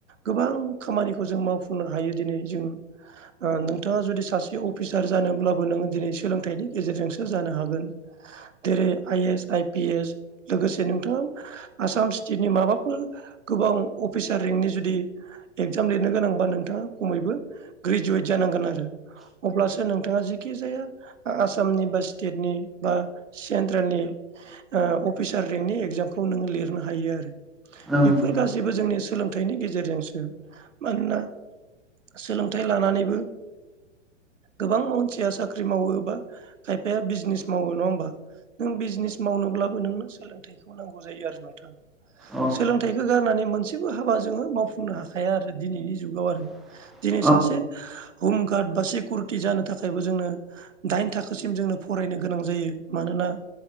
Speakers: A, on the right; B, in the centre.
A: गोबां खामानिखौ जों मावफुंनो हायो दिनै जों नोंथाङा जुदि सासे अफिसार जानोब्लाबो नोङो दिनै सोलोंथाइनि गेजेरजोंसो जानो हागोन। जेरै I S I P S लोगोसे नोंथां आसाम स्टेटनि माबाफोर गोबां अफिसार रेंंकनि जुदि एग्जाम लिरनो गोनांबा नोंथाङा खमैबो ग्रेजुवेट जानांगोन आरो। अब्लासो नोंथाङा जेखिजाया आसामनि बा स्टेटनि बा सेन्ट्रेलनि ओ अफिसार रेंकनि एग्जामखौ नों लिरनो हायो आरो।
B: नंगौ
A: बेफोर गासैबो जोंनि सोलोंथाइनि गेजेरजोंसो मानोना सोलों थाइ लानानैबो गोबां मानसिया साख्रि मावो बा खायफाया बिजनेस मावो नङा होमबा। नों बिजनेस मावनोब्लाबो नोंनो सोलोंथाइखौ नांगौ जायो आरो नोंथां।
B: औ
A: सोलोंथाइखौ गारनानै मोनसेबो हाबा जोङो मावफुंनो हाखाया आरो दिनैनि जुगाव आरो।
B: <inaudible>
A: दिनै सासे हमगार्ड बा सिकिउरिटि जानो थाखायबो जोंनो दाइन थाखोसिम जोंनो फरायनो गोनां जायो मानोना